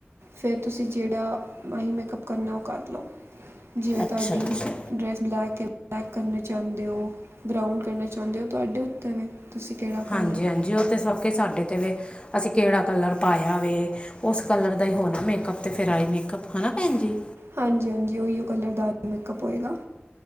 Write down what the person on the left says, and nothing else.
ਅੱਛਾ
ਅੱਛਾ
ਹਾਂਜੀ-ਹਾਂਜੀ ਉਹ ਤਾਂ ਸਬਕਿ ਸਾਡੇ 'ਤੇ ਵੇ, ਅਸੀਂ ਕਿਹੜਾ ਕਲਰ ਪਾਇਆ ਵੇ ਉਸ ਕਲਰ ਦਾ ਹੀ ਹੋਣਾ ਮੇਕਅਪ। ਤੇ ਫਿਰ, ਆਈ ਮੇਕਅਪ, ਹਨਾ ਭੈਣ ਜੀ?